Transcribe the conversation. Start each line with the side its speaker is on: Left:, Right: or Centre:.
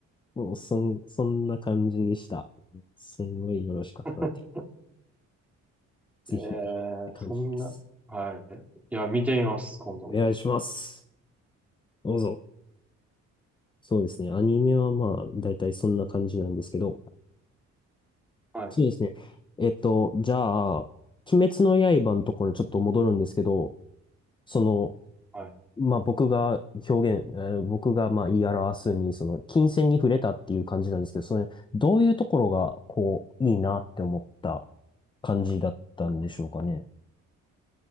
Left: もうそん、そんな感じでした。すんごいよろしかったんで、
Centre: <laughs>
Left: ぜひぜひって感じです。
Centre: ええ、そんな、はい。いや、見てみます、今度。
Left: お願いします。どうぞ。そうですね。アニメはまあ、だいたいそんな感じなんですけど、
Centre: はい、
Left: そうですね。えっと、じゃあ、鬼滅の刃のところにちょっと戻るんですけど、その、
Centre: はい。
Left: まあ僕が表現、えー僕がまあ言い表すに、その、金線に触れたっていう感じなんですけど、それ、どういうところが、こう、いいなって思った感じだったんでしょうかね。